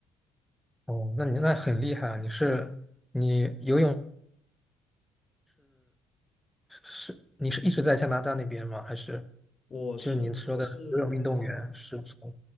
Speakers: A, in the centre; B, on the left.
A: 哦，那你那很厉害啊！你是你游泳是你是一直在加拿大那边吗？还是
B: 我是我是在加拿大，
A: 就是您说的游泳运动员是从？